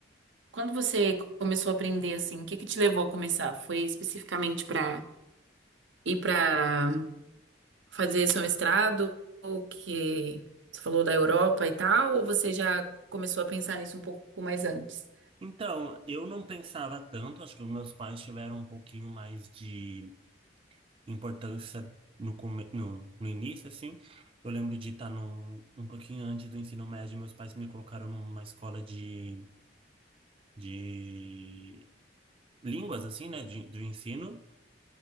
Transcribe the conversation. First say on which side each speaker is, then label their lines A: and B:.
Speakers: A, on the right (about 90°); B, on the right (about 30°).
A: quando você começou a aprender, assim, o que que te levou a começar? Foi especificamente para ir para fazer seu mestrado, ou que você falou da Europa e tal, ou você já começou a pensar nisso um pouco mais antes?
B: Então, eu não pensava tanto, acho que os meus pais tiveram um pouquinho mais de importância no, come- no, no início, assim. Eu lembro de estar no, um pouquinho antes do ensino médio, meus pais me colocaram numa escola de, de línguas, assim, né, de, do ensino.